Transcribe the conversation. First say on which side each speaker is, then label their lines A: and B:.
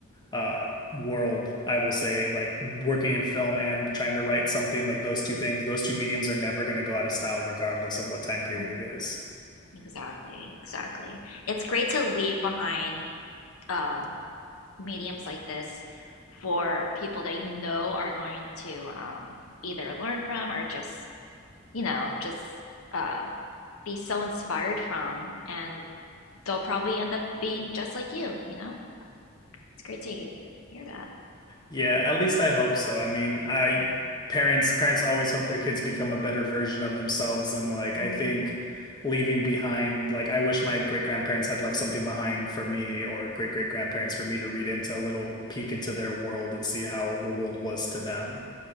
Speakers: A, on the left; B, on the left.
A: uh, world, I will say, like working in film and trying to write something, like those two things, those two mediums are never going to go out of style, regardless of what time period
B: mm.
A: it is.
B: exactly, exactly. It's great to leave behind um, mediums like this for people that you know are going to um, either learn from or just you know, just uh, be so inspired from, and they'll probably end up being just like you, you know? It's great to hear, hear that.
A: Yeah, at least I hope so. I mean, I parents parents always hope their kids become a better version of themselves and like
B: hmm
A: I think leaving behind like I wish my great grandparents had left something behind for me or great great grandparents for me to read into a little peek into their world and see how the world was to them.